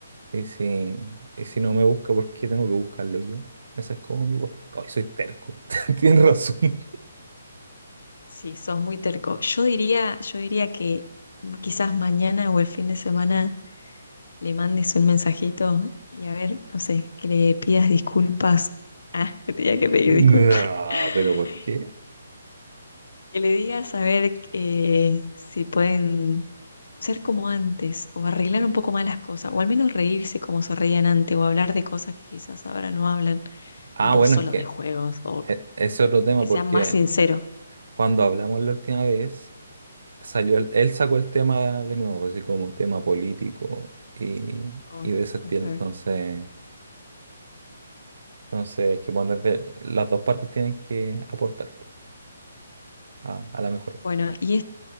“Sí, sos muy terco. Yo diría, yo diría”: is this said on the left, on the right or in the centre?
Left